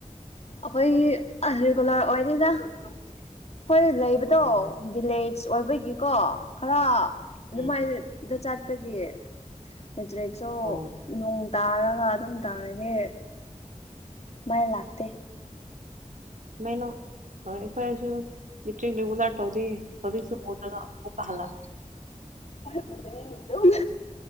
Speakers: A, on the left (about 55°); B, on the right (about 75°).
A: ꯑꯩꯈꯣꯏꯒꯤ ꯑꯁ ꯔꯤꯒꯨꯂꯔ ꯑꯣꯏꯗꯦꯗ ꯑꯩꯈꯣꯏ ꯂꯩꯕꯗꯣ
B: ꯑꯣ
A: ꯚꯤꯂꯦ ꯑꯣꯏꯕꯒꯤꯀꯣ ꯈꯔ ꯑꯗꯨꯃꯥꯏꯗ
B: ꯎꯝ
A: ꯆꯠꯄꯒꯤ ꯑꯦꯇ꯭ꯔꯤꯛꯁꯨ
B: ꯑꯣ
A: ꯅꯣꯡ ꯇꯥꯔꯒ ꯑꯗꯨꯝ ꯇꯧꯔꯗꯤ ꯃꯥꯏ ꯂꯥꯛ ꯇꯦ
B: ꯃꯩꯅꯣ ꯍꯣꯏ ꯑꯩꯈꯣꯏꯁꯨ ꯃꯦꯇ꯭ꯔꯤꯛ ꯔꯤꯒꯨꯂꯔ ꯇꯧꯗꯦ ꯍꯧꯖꯤꯛꯁꯨ ꯃꯗꯒ ꯑꯃ ꯍꯜꯂꯛꯑꯦ
A: ꯗꯨꯝ